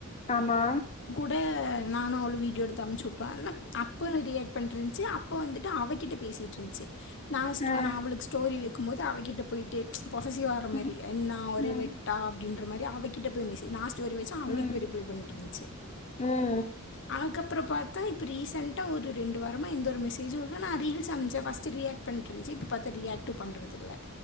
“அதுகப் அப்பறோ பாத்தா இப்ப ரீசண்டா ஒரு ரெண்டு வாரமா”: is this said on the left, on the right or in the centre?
Left